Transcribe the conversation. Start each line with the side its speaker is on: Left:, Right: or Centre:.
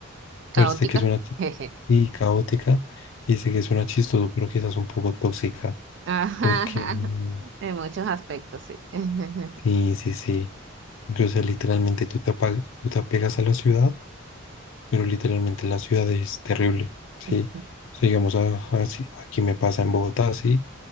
Right: Caótica.
Left: pues sé que suena chi-
Right: <laughs> Jeje.
Left: y caótica y sé que suena chistoso, pero quizás un poco tóxica,
Right: Ajá,
Left: porque mm,
Right: en muchos aspectos, sí. <laughs>
Left: sí, sí, sí, o sea, literalmente tú te, apa- tú te apegas a la ciudad, pero literalmente la ciudad es terrible, ¿sí?
Right: Sí.
Left: O sea, digamos, a- así- aquí me pasa en Bogotá, ¿sí?